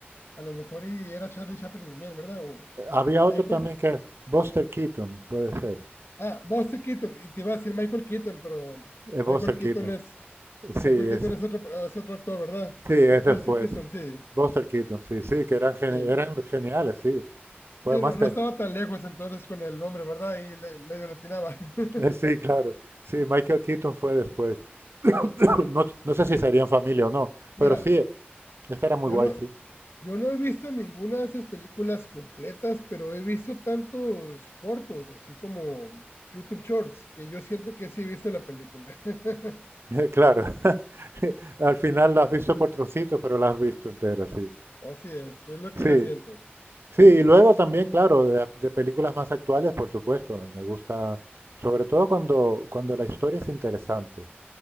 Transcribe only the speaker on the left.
A lo mejor y era Charlie Chaplin también, ¿verdad? O
Michael
Ah, Buster Keaton, y te iba a decir Michael Keaton, pero
Michael Keaton
es,
Michael
Keaton es otro, es otro actor, ¿verdad?
Bu-
Buster Keaton, sí,
sí.
Sí,
no, no
estaba tan lejos entonces con el nombre, ¿verdad? Y le- medio latinaba. <laughs>
Sí, no,
te-
mira,
yo
no,
yo no he visto ninguna de esas películas completas, pero he visto tantos cortos, así como YouTube Shorts, que yo siento que sí he visto la película. <laughs>
Así es, es lo que
yo siento.